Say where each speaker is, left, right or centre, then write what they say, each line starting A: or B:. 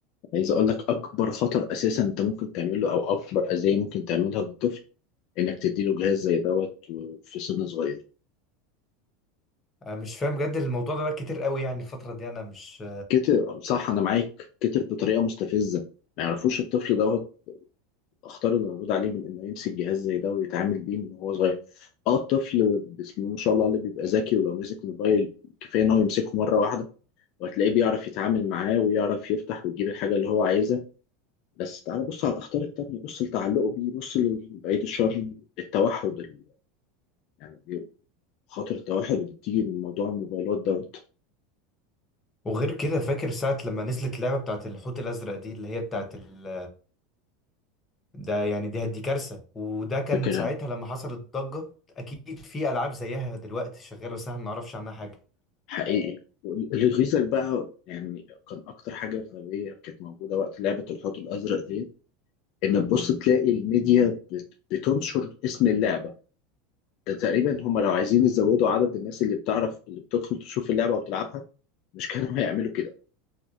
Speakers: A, on the left (about 55°); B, on the left (about 20°).
A: عايز اقول لك اكبر خطر اساسا انت ممكن تعمله او اكبر اذيه ممكن تعملها للطفل انك تديله جهاز زي دوت في سن صغير
B: أنا مش فاهم بجد الموضوع ده بقى كتير قوي يعني الفترة دي أنا مش
A: كتر صح انا معاك كتر بطريقه مستفزه ما يعرفوش الطفل دوت اخطار اللي موجود عليه من انه يمسك جهاز زي ده ويتعامل بيه من وهو صغير اه الطفل بسم الله ما شاء الله اللي بيبقى ذكي ولو مسك موبايل كفايه ان هو يمسكه مره واحده وهتلاقيه بيعرف يتعامل معاه ويعرف يفتح ويجيب الحاجه اللي هو عايزها بس تعال بص على الاخطار التانيه بص لتعلقه بيه بص لبعيد الشر التوحد ال- يعني خاطر التوحد اللي بتيجي من موضوع الموبايلات دوت
B: وغير كده فاكر ساعة لما نزلت لعبة بتاعت الحوت الأزرق دي اللي هي بتاعت ال... ده يعني دي دي كارثة وده كان
A: فاكرها
B: ساعتها لما حصلت الضجة أكيد في ألعاب زيها دلوقتي شغالة بس احنا ما نعرفش عنها حاجة
A: حقيقي الريزل بقى يعني كان اكتر حاجه غبيه كانت موجوده وقت لعبه الحوت الازرق دي ان تبص تلاقي الميديا بت- بتنشر اسم اللعبه ده تقريبا هم لو عايزين يزودوا عدد الناس اللي بتعرف اللي بتدخل تشوف اللعبه وتلعبها مش كانوا هيعملوا كده